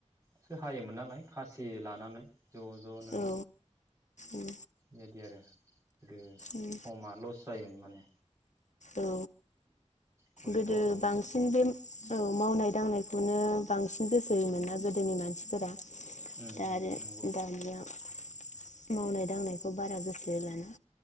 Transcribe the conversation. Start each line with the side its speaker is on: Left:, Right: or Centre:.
Right: सो हायोमोन नालाय खासि लानानै ज जनो
Left: औ उम
Right: बेदि आरो गोदो
Left: उम
Right: समाल'स टायेम माने
Left: औ
Right: खस्थ'
Left: गोदो
Right: दंमोन
Left: बांसिन बे औ मावनाय दांनायखौनो बांसिन गोसो होयोमोन ना गोदोनि मानसिफोरा। दा
Right: उम उम
Left: आरो
Right: नंगौ
Left: दानिया मावनाय दांनायखौ बारा गोसोहोलाना